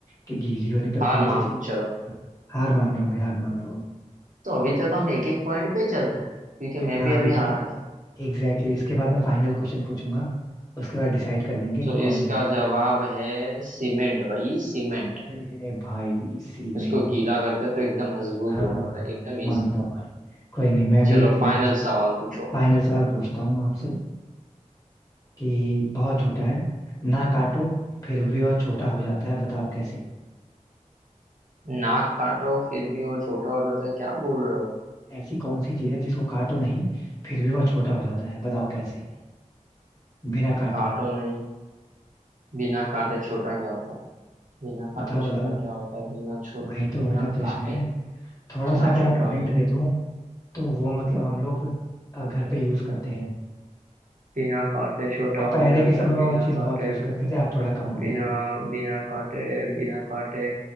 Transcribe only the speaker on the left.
कि गीली होने पे
कौन
सी चीज
हार मान रहा हूँ भाई हार मान रहा हूँ
हाँ
अभी तो
एग्जैक्टली exactly, इसके बाद मैं फाइनल क्वेश्चन पूछूंगा उसके बाद डिसाइड कर लेंगे कि
कौन
जीता कौन
हारा
अरे भाई इसी
में ही।
हाँ हाँ
मानता
हूँ भाई कोई नहीं मैं भी
एक लास्ट
फाइनल सवाल पूछता हूँ आपसे कि बहुत छोटा है ना काटो फिर भी वह छोटा हो जाता है बताओ कैसे
ऐसी कौन सी चीज है जिसको काटो नहीं फिर भी वह छोटा हो जाता है बताओ कैसे बिना काटे
बताओ बताओ
वही तो
मेरा प्रश्न
है थोड़ा
सा अगर
आपको
हिंट
दे दूं तो वो मतलब हम लोग अ, घर पे यूज करते हैं
अब पहले
के समय
में
वो चीज बहुत
यूज करते थे अब थोड़ा कम हो गया
है